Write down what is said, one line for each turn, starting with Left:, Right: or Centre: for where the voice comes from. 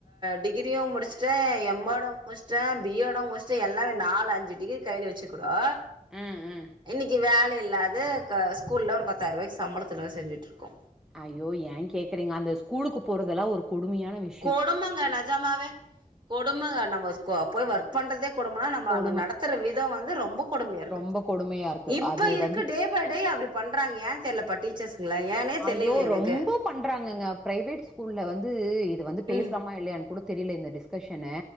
Right: டிகிரியு முடிச்சட்டே எம் ஏடு முடிச்சட்டே பி எடு முடிச் ச்சு எல்லா நாலு அஞ்சு டிகிரி கையில வச்சு கூடோ
Centre: அ அ
Right: இன்னக்கி வேல இல்லாது க ஸ்கூல்ல ஒரு பத்தாயிரூபாக் சம்பளத்துல வேல் செஞ்சுட் இருக்கோ
Centre: ஐயோ ஏ கேக்குறீங்க அந்த ஸ்கூலுக்கு போறதெல்லா ஒரு கொடுமையான விஷி
Right: கொடுமங்க நெஜமாவே கொடுமங்க நம்ப போ போய்
Centre: ம்
Right: ஒர்க் பண்றதே கொடுபனா நம்ம
Centre: கொடும
Right: அங்க நடத்துற விதோ வந்து ரொம்பக் கொடுமையா இருக்கு
Centre: ரொம்ப கொடுமையா இருக்கு
Right: இப்ப
Centre: அது
Right: இருக்கு
Centre: வந்து
Right: டே டே பை டே அப்டி பண்றாங்க ஏ தெரியலப்பா டீச்சர்ஸுங்கள ஏனே
Centre: ஐயோ
Right: தெரில்லிங்க எனக்கு
Centre: ரொம்ப பண்றாங்கங்க பிரைவேட் ஸ்கூல்ல வந்து இது வந்து பேசலாமா
Right: ம்
Centre: இல்லையன்னு கூட தெரியல இந்த டிஸ் கெஸ்ஷனு